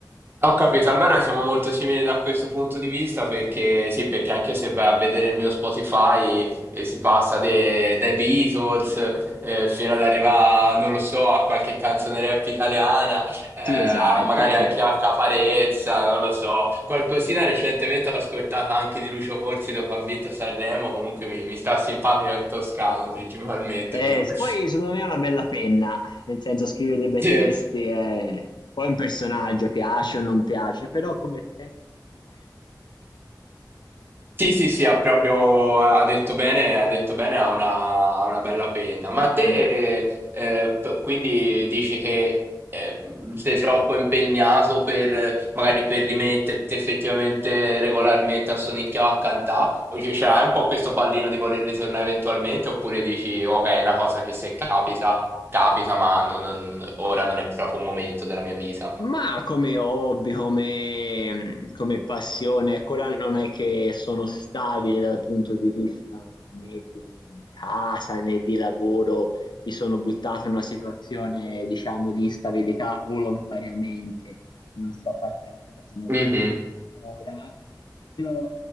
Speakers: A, on the right; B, on the left.
A: Ho capito, allora siamo molto simili da questo punto di vista perché sì, perché anche se vai a vedere il mio Spotify eh, si passa de- dai Beatles eh, fino ad arrivare, non lo so, a qualche canzone rap italiana, eh,
B: Sì,
A: a
B: esatto,
A: magari
B: cioè.
A: anche a Caparezza, non lo so. Qualcosina recentemente ho ascoltato anche di Lucio Corsi dopo ha vinto Sanremo, comunque mi, mi sta simpatico il toscano principalmente,
B: Eh,
A: però.
B: se
A: <laughs>
B: poi secondo me è una bella penna, nel senso scrive dei bei
A: Sì.
B: testi, e poi un personaggio piace o non piace, però come testo secondo me
A: Sì, sì, sì, ha proprio, ha detto bene, ha detto bene, ha una, ha una bella penna. Ma te,
B: merita. Eh.
A: eh, p- quindi dici che eh, sei troppo impegnato per, eh, magari per rimetterti effettivamente regolarmente a sonicchiare a cantare, o cioè, ce l'hai un po' questo pallino di voler ritornare eventualmente, oppure dici, ok, è una cosa che se capita, capita, ma non- non- ora non è proprio un momento della mia vita.
B: Ma come hobby, come, come passione, ecco, ora non è che sono stabile dal punto di vista né di, di casa né di lavoro, mi sono buttato in una situazione, diciamo, di instabilità volontariamente, e non so farti a lunga se non
A: Mhm,
B: ti tengo ora, però